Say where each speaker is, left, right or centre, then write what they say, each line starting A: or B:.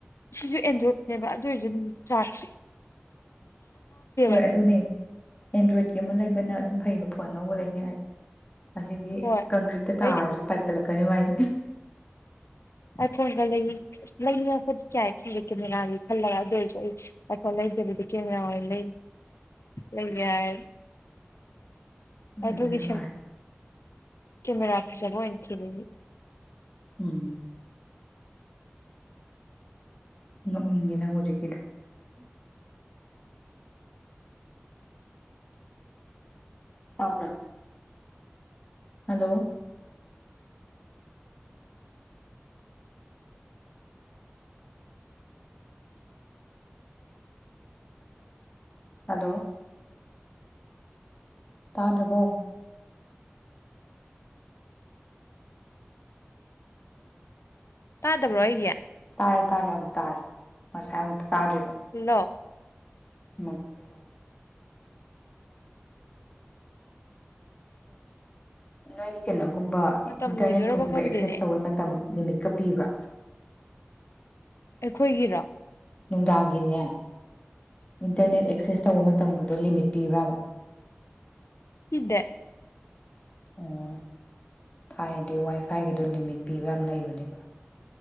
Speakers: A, on the left (about 85°); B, on the left (about 30°).
A: ꯁꯤꯁꯨ ꯑꯦꯟꯗ꯭ꯔꯣꯏꯗꯅꯦꯕ ꯑꯗꯨ ꯑꯣꯏꯔꯁꯨ ꯑꯗꯨꯝ ꯆꯥꯔꯠꯁꯦ
B: ꯍꯣꯏ
A: <unintelligible>
B: ꯑꯗꯨꯅꯦ ꯑꯦꯟꯗ꯭ꯔꯣꯏꯗꯀꯤ ꯑꯃ ꯂꯩꯕꯅ ꯑꯗꯨꯝ ꯐꯩꯕ ꯐꯣꯟ ꯑꯅꯧꯕ ꯂꯩꯒꯦ ꯍꯥꯏ ꯑꯁꯤꯗꯤ
A: ꯍꯣꯏ
B: ꯀꯪꯀ꯭ꯔꯤꯠꯇ
A: ꯑꯩꯅ
B: ꯇꯥꯔꯁꯨ ꯄꯥꯏꯈꯠꯂꯛ ꯀꯩꯅ‌ꯣꯝ ꯃꯥꯏ
A: ꯑꯥꯏꯐꯣꯟꯒ ꯂꯩꯅꯤꯡ ꯂꯩꯅꯤꯡꯉꯛꯄꯗꯤ ꯌꯥꯢ ꯀꯤꯂꯤ ꯀꯦꯃꯦꯔꯥꯒꯤ <inaudible> ꯈꯜꯂꯒ ꯑꯗꯨ ꯑꯣꯏꯔꯁꯨ ꯑꯩ ꯑꯥꯏꯐꯣꯟ ꯂꯩꯗꯕꯗ ꯀꯦꯃꯦꯔꯥ ꯂꯩ ꯂꯩ ꯌꯥꯏ ꯑꯗꯨꯒꯤ
B: ꯑꯗꯨꯅ
A: ꯁꯦꯝ
B: ꯐꯔꯦ
A: ꯀꯦꯃꯦꯔꯥ ꯐꯖꯕ ꯑꯣꯏꯅ ꯊꯤꯕꯒꯤ
B: ꯎꯝ ꯅꯣꯛꯅꯤꯪꯉꯦ ꯅꯡ ꯍꯧꯖꯤꯛ ꯀꯤꯗꯨ ꯇꯕꯔꯥ ꯍꯜꯂꯣ ꯍꯂꯣ ꯇꯥꯗ꯭ꯔꯕꯣ
A: ꯇꯥꯗꯕ꯭ꯔꯣ ꯑꯩꯒꯤ
B: ꯇꯥꯔꯦ ꯇꯥꯔꯦ ꯑꯃꯨꯛ ꯇꯥꯔꯦ ꯉꯁꯥꯏ ꯑꯃꯨꯛ ꯇꯥꯗ꯭ꯔꯤꯕ
A: ꯅꯣ
B: ꯃꯄ ꯀꯩ ꯋꯥꯅꯣ ꯅꯣꯏꯒꯤ ꯀꯩꯅꯣ ꯒꯨꯝꯕ
A: ꯃꯇꯝ
B: ꯏꯟꯇꯔꯅꯦꯠ
A: ꯂꯣꯏꯗꯣꯔꯕ
B: ꯀꯨꯝꯕ
A: ꯈꯪꯗꯦꯅꯦ
B: ꯑꯦꯛꯁꯦꯁ ꯇꯧꯕꯩ ꯃꯇꯝ ꯂꯤꯃꯤꯠꯀ ꯄꯤꯕ꯭ꯔꯥ
A: ꯑꯩꯈꯣꯏꯒꯤꯔꯥ
B: ꯅꯨꯡꯗꯥꯡꯒꯤꯅꯦ ꯏꯟꯇꯔꯅꯦꯠ ꯑꯦꯛꯁꯦꯁ ꯇꯧꯕ ꯃꯇꯝꯒꯗꯣ ꯂꯤꯃꯤꯠ ꯄꯤꯕ꯭ꯔꯥꯕ
A: ꯄꯤꯗꯦ
B: ꯑꯣ ꯊꯥꯏꯅꯗꯤ ꯋꯥꯏ ꯐꯥꯏꯒꯤꯗꯣ ꯂꯤꯃꯤꯠ ꯄꯤꯕ ꯌꯥꯝ ꯂꯩꯕꯅꯦꯕ